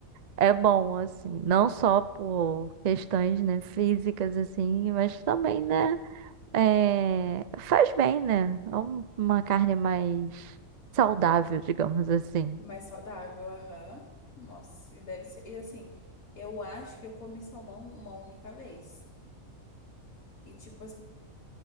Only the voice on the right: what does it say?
é bom, assim. Não só por questões, né? Físicas, assim. Mas também, né? É, faz bem, né? É um- uma carne mais saudável, digamos assim.